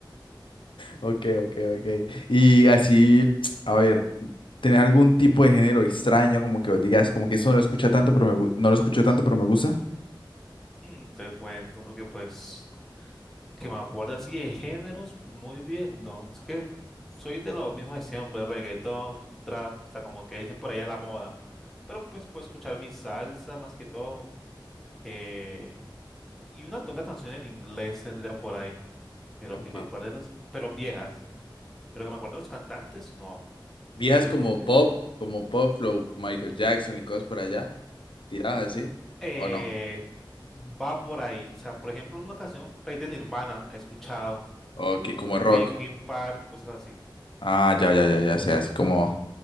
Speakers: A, on the left (about 75°); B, in the centre.
A: Ok, ok, ok. Y así, a ver, ¿tenés algún tipo de género extraño como que vos digas, como que eso no lo escucha tanto, pero me, gu- no lo escucho tanto, pero me gusta?
B: Mm, te cuento, porque pues, que me acuerdo así de géneros, muy bien, ¿no? Es que soy de lo mismo de siempre, reggaetón, trap, hasta como que dicen por ahí a la moda. Pero pues puedo escuchar mi salsa más que todo. eh, y una que otra canción en inglés tendría por ahí, pero
A: Okay.
B: que me acuerde de los, pero viejas. Pero que me acuerde de los cantantes, no,
A: Viejas
B: muy difícil.
A: como pop, como pop flow, Michael Jackson y cosas por allá, tiradas así,
B: eh,
A: ¿o no?
B: va por ahí. O sea, por ejemplo, una canción por ahí de Nirvana he escuchado,
A: Ok, como rock.
B: Linkin Park, cosas así.
A: Ah, ya, ya, ya, ya sé, así como...